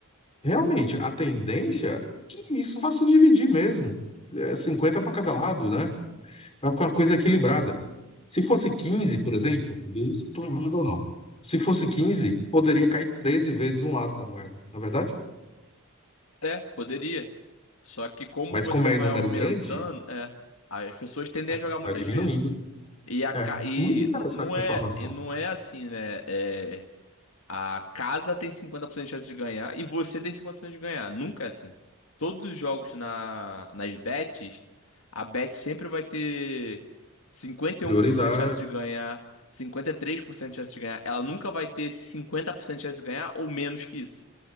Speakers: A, on the left; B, on the left.
A: realmente a tendência é que isso vá se dividir mesmo. É 50 para cada lado, né? Vai com uma coisa equilibrada. Se fosse 15, por exemplo, veja se estou errado ou não. Se fosse 15, poderia cair 13 vezes um lado da moeda, na verdade?
B: É, poderia. Só que como
A: Mas
B: você
A: como é
B: vai
A: número
B: aumentando,
A: grande,
B: é, as pessoas tendem
A: né?
B: a jogar
A: Vai
B: muitas
A: diminuindo.
B: vezes. E, a,
A: É.
B: ca- e
A: Muito interessante
B: n- não
A: essa
B: é,
A: informação.
B: e não é assim, né? É, A casa tem 50% de chance de ganhar e você tem 50% de ganhar. Nunca é assim. Todos os jogos na, nas bets, a bet sempre vai ter 51%
A: Prioridade.
B: de chance de ganhar, 53% de chance de ganhar. Ela nunca vai ter 50% de chance de ganhar ou menos que isso.